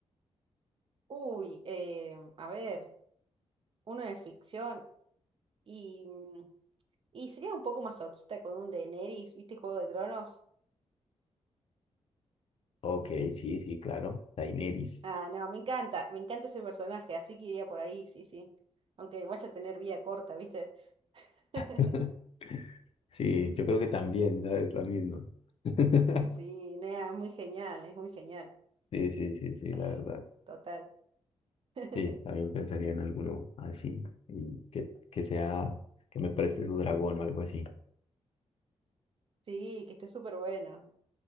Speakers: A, on the right; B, on the left.
A: Uy, eh, a ver, uno de ficción y, mm, y sería un poco masoquista con un Daenerys, ¿viste Juego de Tronos?
B: Ok, sí, sí, claro. Daenerys.
A: Ah, no, me encanta, me encanta ese personaje, así que iría por ahí, sí, sí. Aunque vaya a tener vida corta, ¿viste? <laughs>
B: <laughs> Sí, yo creo que también, ¿sabes? La misma. <laughs>
A: Sí, Nea, es muy genial, es muy genial.
B: Sí, sí, sí, sí,
A: Sí,
B: la verdad.
A: total. <laughs>
B: Sí, también pensaría en alguno así, y que, que sea, que me preste su dragón o algo así.
A: Sí, que esté súper bueno.